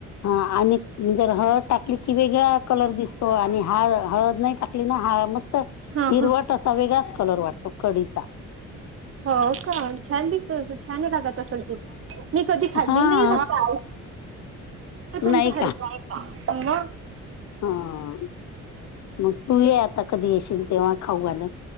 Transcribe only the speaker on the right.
ह
ह
हो कां छांन दिसलं छांन रांगत असलं तू मी कधीं खांल्ली
नाहीं हो आले कां तुमच्यां
घरी पाहूणे